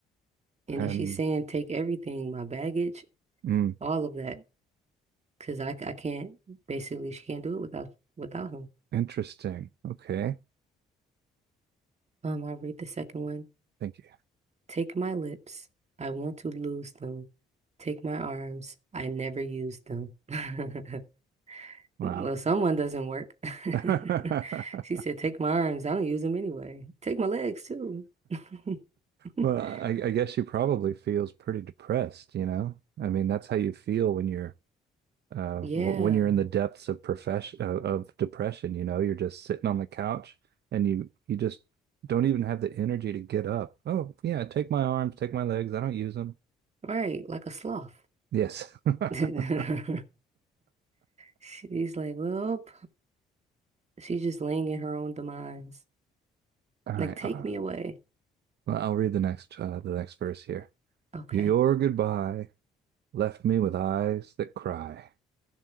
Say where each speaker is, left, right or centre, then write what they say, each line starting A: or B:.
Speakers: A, on the right; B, on the right.
A: and
B: And
A: then she's saying take everything, my baggage,
B: mm,
A: all of that, because I I c- I can't basically she can't do it without without him.
B: interesting. Okay.
A: Um, I'll read the second one.
B: Thank you.
A: Take my lips, I want to lose them. Take my arms, I never use them. <laughs>
B: Wow.
A: Well, someone doesn't work.
B: <laughs>
A: <laughs> She said, take my arms, I don't use them anyway. Take my legs too. <laughs>
B: Well, I, I guess she probably feels pretty depressed, you know? I mean, that's how you feel when you're uh,
A: Yeah,
B: w- when you're in the depths of profession uh, of depression, you know, you're just sitting on the couch and you you just don't even have the energy to get up. Oh, yeah, take my arms, take my legs. I don't use them.
A: right, like a sloth.
B: Yes. <laughs> All
A: <laughs> She's like, well, she's just laying in her own demise.
B: right.
A: Like, take
B: Uh,
A: me away.
B: well, I'll read the next uh, the next verse here.
A: Okay.
B: Your goodbye left me with eyes that cry.